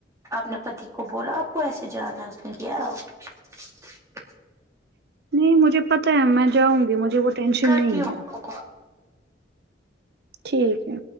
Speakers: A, on the right; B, on the right.
A: آپ نے پتی کو بولا آپ کو ایسے جانا اس نے کیا اب
B: نہیں مجھے پتا ہے میں جاؤں گی مجھے وہ ٹینشن
A: کرتی
B: نہیں
A: ہوں
B: ہے
A: آپ کو
B: ٹھیک ہے